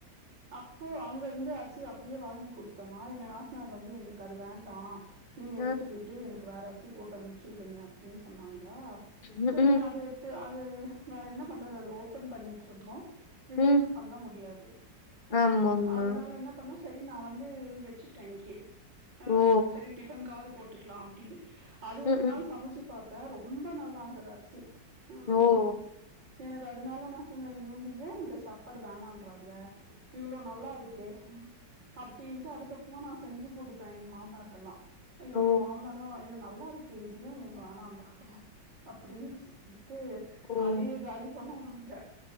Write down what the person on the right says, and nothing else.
அப்போ அங்கருந்து அரிசி அப்டியே வாங்கி குடுத்தோமா எங்க நாத்தனார் வந்து எங்களுக்கு அது வேண்டா நீங்க எடுத்துட்டு
போய்ட்டு எனக்கு வேற அரிசி போட்டு அனுப்ச்சி விடுங்க அப்டின் சொன்னாங்ளா
சரி
நா அத எடுத் து அது வேற என்ன பண்றது அது ஓபன் பண்ணிட்ருந்தோ ரிட்டனு
பண்ண முடியாது
அதனால என்ன பண்ணோ செரி நா வந்து வச்சுட்ட இங்கயே ஆ
செரி டிஃபன்காது போட்டுக்லா அப்டினு அது
ஒரு
நாள் சமச்சி பாத் த ரொம்ப நல்லாந்தது அரிசி ம்
எனக்கு அதனால நா சொன்ன இவங்க ஏ இந்த சாப்பாடு வேணான்றாங்க இவ்ளோ நல்லா இருக்கே அப்டின்ட்டு அதுக்கப்றமா நா செஞ்சு குடுத்த எங்க மாமனாருக்கெல்லா ஐயோ
எங்க மாமனாரு ஐயோ நல்லா இருக்கே இத ஏ இவங்க வேணான்றாங்க அப்டின்ட்டு
அதையே காலி பண்ணோ நாங்க